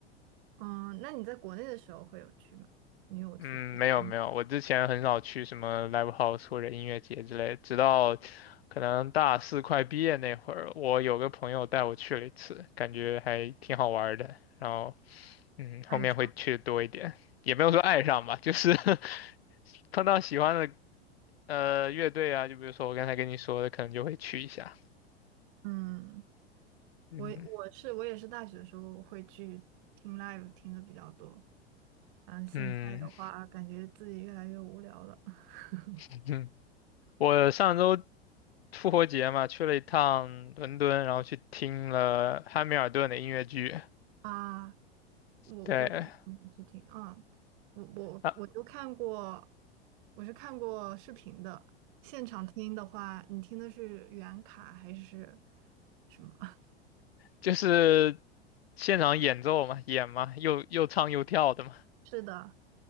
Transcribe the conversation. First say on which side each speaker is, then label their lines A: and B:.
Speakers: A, on the right; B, on the left.
A: 嗯，那你在国内的时候会有去吗？你有去过国内
B: 嗯，没有没有，我之前很少去什么 live house 或者音乐节之类，直到可能大四快毕业那会儿，我有个朋友带我去了一次，感觉还挺好玩儿的。然后，嗯，
A: 爱上？
B: 后面会去多一点，也没有说爱上吧，就是 <laughs> 碰到喜欢的呃乐队啊，就比如说我刚才跟你说的，可能就会去一下。
A: 嗯，
B: 嗯
A: 我我是我也是大学的时候会去听 live 听的比较多，然后现在的话感觉自己越来越无聊了
B: 嗯
A: <laughs>
B: 嗯，<laughs> 我上周复活节嘛，去了一趟伦敦，然后去听了汉密尔顿的音乐剧，
A: 啊。我我也嗯是听啊，
B: 对。
A: 我我我都看过，
B: 啊，
A: 我是看过视频的。现场听的话，你听的是原卡还是什么？<laughs>
B: 就是现场演奏嘛，演嘛，又又唱又跳的嘛。
A: 是的，